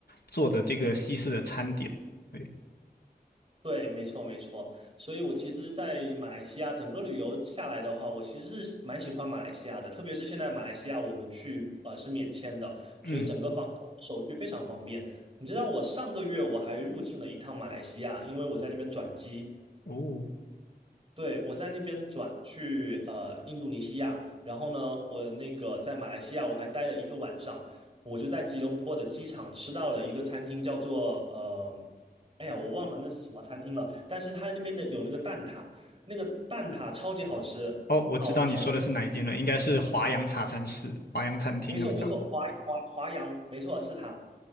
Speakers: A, on the left (about 70°); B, on the right (about 35°).
A: 做的这个西式的餐点。对，
B: 对，没错，没错。所以我其实，在马来西亚整个旅游下来的话，我其实是蛮喜欢马来西亚的，特别是现在马来西亚我们去呃是免签的，所以整个方手续非常方便。
A: 嗯，
B: 你知道我上个月我还入境了一趟马来西亚，因为我在那边转机。
A: 哦。
B: 对，我在那边转去呃印度尼西亚，然后呢，我那个在马来西亚我还待了一个晚上，我就在吉隆坡的机场吃到了一个餐厅，叫做呃，哎呀，我忘了那是什么餐厅了，但是它那边的有那个蛋挞，那个蛋挞超级好吃，
A: 哦，我知道你说的是哪一间了，
B: 好好，
A: 应该是华阳茶餐室、华阳餐厅，
B: 没错没错，
A: 他们叫
B: 华华华阳，没错是它。